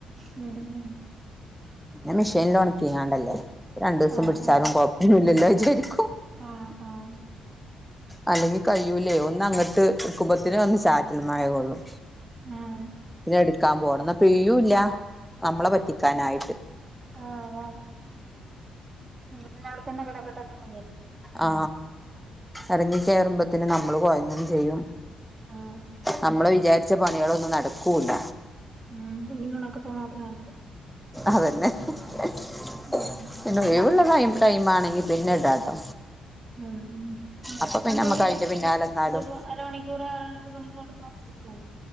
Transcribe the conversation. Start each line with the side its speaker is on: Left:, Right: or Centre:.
Right: നട <unintelligible>
Centre: പിന്നെ മെഷീനിൽ ഉണക്കിങ്ങാണ്ടല്ലേ അപ്പോ രണ്ടു ദിവസം
Right: ആഹ്
Centre: പിടിച്ചാലും കൊഴപ്പില്ലോന്ന് വിചാരിക്കും
Right: ആഹ് ആഹ്
Centre: അല്ലെങ്കിൽ കയുലെ ഒന്ന് അങ്ങട്ട് നിക്കുമ്പഴത്തേന് ഒന്ന് ചാറ്റൽ മഴ കൊള്ളും
Right: ആഹ് ആഹ് ആഹ്
Centre: പിന്നെ എടുക്കാൻ പോണം എന്നാ പെയൂല്ല നമ്മളെ പറ്റിക്കാനായിട്ട്
Right: ആഹ് ആ എന്നാ അവിടെത്തന്നെ കിടക്കെട്ടന്ന് വിചാരിക്കും
Centre: ആ ഇറങ്ങി കേറുമ്പോത്തേന് നമ്മള് കൊയങ്ങും ചെയ്യും
Right: ആഹ്
Centre: നമ്മള് വിചാരിച്ച പണികളൊന്നും നടക്കൂല്ല
Right: ഉം തുണി ഒണാക്ക മാത്രം നടക്കൂ
Centre: അതന്നെ <unintelligible>
Right: മ്മ്
Centre: പിന്നെ ഒഴിവുള്ള ടൈം ടൈം ആണെങ്കിൽ പിന്നെ ഇടാട്ടോ
Right: ഉം ഉം വെയില്
Centre: അപ്പൊ പിന്നെ
Right: ഉണ്ടെങ്കി
Centre: നമ്മക്ക് അയിന്റെ പിന്നാലെ നിന്നാലും
Right: ഇതിപ്പോ അരമണിക്കൂറ് കൂടുമ്പോ തുണിയൊണങ്ങും